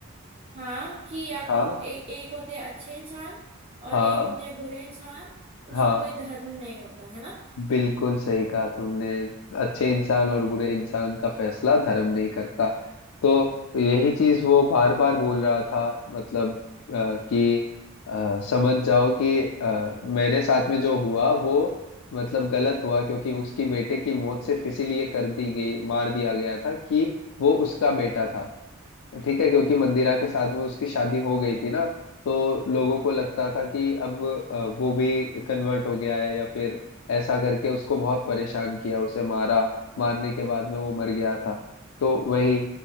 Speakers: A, on the right; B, on the left.
A: हाँ कि या
B: हाँ
A: तो ए, एक होते हैं अच्छे इंसान और
B: हाँ
A: एक होते हैं बुरे इंसान
B: हाँ
A: उसमें कोई धर्म नहीं होता है ना
B: बिल्कुल सही कहा तुमने अच्छे इंसान और बुरे इंसान का फैसला धर्म नहीं करता तो यही चीज वो बार बार बोल रहा था मतलब अ, कि अ, समझ जाओ कि अ, मेरे साथ में जो हुआ वो मतलब गलत हुआ क्योंकि उसकी बेटे की मौत सिर्फ इसीलिए कर दी गई मार दिया गया था कि वो उसका बेटा था ठीक है क्योंकि मंदिरा के साथ में उसकी शादी हो गई थी ना तो लोगों को लगता था कि अब अ, वो भी कन्वर्ट हो गया है या फिर ऐसा करके उसको बहुत परेशान किया उसे मारा मारने के बाद में वो मर गया था तो वही